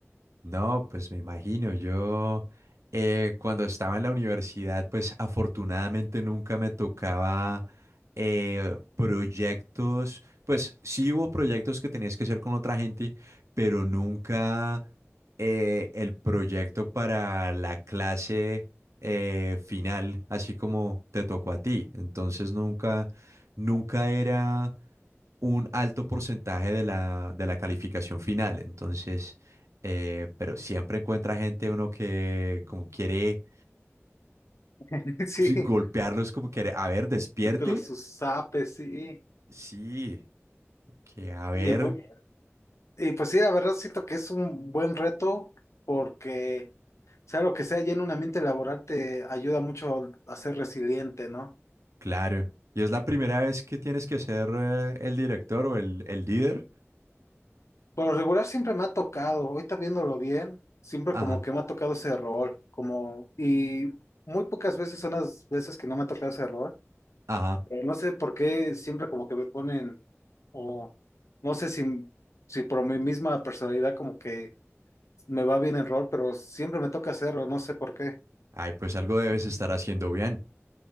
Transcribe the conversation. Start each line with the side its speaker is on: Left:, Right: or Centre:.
Right: No, pues me imagino, yo eh, cuando estaba en la universidad, pues afortunadamente nunca me tocaba eh, proyectos, pues sí hubo proyectos que tenías que hacer con otra gente, pero nunca eh, el proyecto para la clase eh, final, así como te tocó a ti. Entonces nunca, nunca era un alto porcentaje de la, de la calificación final. Entonces eh, pero siempre encuentra gente uno que como quiere
Left: <laughs> sí,
Right: pues, golpearlos, como quiere, a ver, despierte.
Left: pero sus zapes, sí.
Right: Sí, que a ver,
Left: Y pues, y pues sí, la verdad siento que es un buen reto porque sea lo que sea, ya en un ambiente laboral te ayuda mucho a ser resiliente, ¿no?
Right: claro. Y es la primera vez que tienes que ser eh, el director o el, el líder.
Left: Por lo regular siempre me ha tocado, ahorita viéndolo bien, siempre
Right: Ajá,
Left: como que me ha tocado ese rol, como, y muy pocas veces son las veces que no me ha tocado ese rol,
Right: ajá.
Left: pero no sé por qué siempre como que me ponen, o no sé si, si por mi misma personalidad como que me va bien el rol, pero siempre me toca hacerlo, no sé por qué.
Right: Ay, pues algo debes estar haciendo bien.